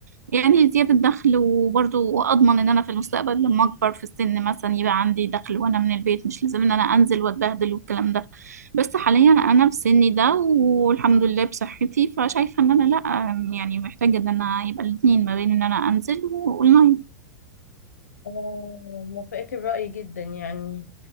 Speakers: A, on the right; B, on the left.
A: يعني زيادة دخل وبرضه أضمن إن أنا في المستقبل لما أكبر في السن مثلا يبقى عندي دخل وأنا من البيت مش لازم إن أنا أنزل وأتبهدل والكلام ده بس حاليا أنا في سني ده والحمد لله بصحتي فشايفة إن أنا لأ يعني محتاجة إن أنا يبقى الاتنين ما بين إن أنا أنزل وأونلاين
B: آه، موافقة الرأي جدا يعني